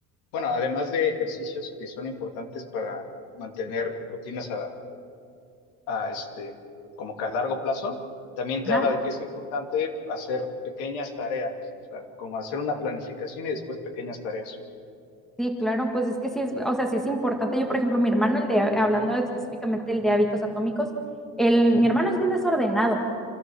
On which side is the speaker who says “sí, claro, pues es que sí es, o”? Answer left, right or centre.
Centre